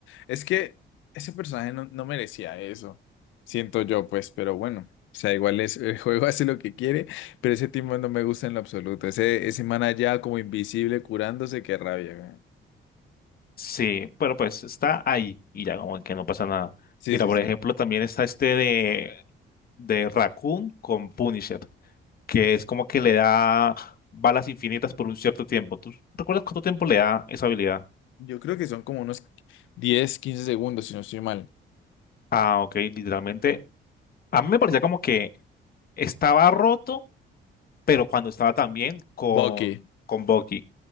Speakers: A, on the left; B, on the left.
A: es que ese personaje no, no merecía eso, siento yo, pues, pero bueno, o sea, igual es, el juego <laughs> hace lo que quiere, pero ese tipo no me gusta en lo absoluto. Ese, ese man allá como invisible curándose, qué rabia, weón.
B: Sí, pero pues está ahí y ya como que no pasa nada.
A: Sí,
B: Mira,
A: sí,
B: por
A: sí.
B: ejemplo, también está este de, de Raccoon con Punisher, que es como que le da balas infinitas por un cierto tiempo. ¿Tú recuerdas cuánto tiempo le da esa habilidad?
A: Yo creo que son como unos 10 15 segundos, si no estoy mal.
B: Ah, ok, literalmente. A mí me parecía como que estaba roto, pero cuando estaba también con,
A: Bucky.
B: con Bucky.